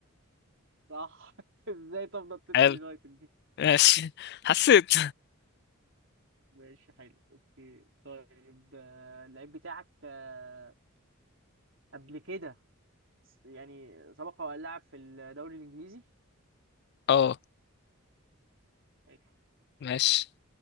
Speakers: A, on the right (about 60°); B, on the left (about 50°).
A: صح <laughs> ازاي طب نطيت
B: حلو
A: اليونايتد دي
B: ماشي <laughs> حسيت
A: ماشي حلو اوكي طيب آه، اللعيب بتاعك آه، قبل كده يعني سبق وان لعب في الدوري الانجليزي
B: اه
A: حلو.
B: ماشي